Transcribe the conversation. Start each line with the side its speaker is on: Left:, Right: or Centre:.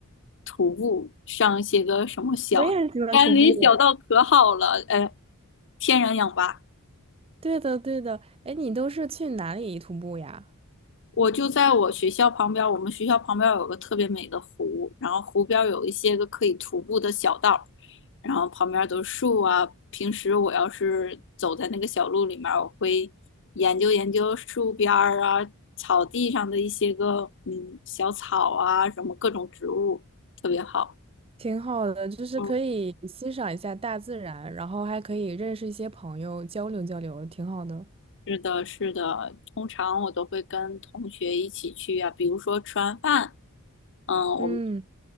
Left: 徒步上一些个什么小山林小道，
Right: 我也很喜欢徒步。
Left: 可好了，呃，天然氧吧。
Right: 对的，对的。哎，你都是去哪里徒步呀？
Left: 我就在我学校旁边我们学校旁边有个特别美的湖，然后湖边有一些个可以徒步的小道然后旁边都是树啊。平时我要是走在那个小路里面我会研究研究树边儿啊、草地上的一些个嗯小草啊，什么各种植物，特别好。
Right: 挺好的，就是可以欣赏一下大自然，
Left: 嗯，
Right: 然后还可以认识一些朋友，交流交流，挺好的。
Left: 是的，是的，通常我都会跟同学一起去啊，比如说吃完饭。嗯，我们
Right: 嗯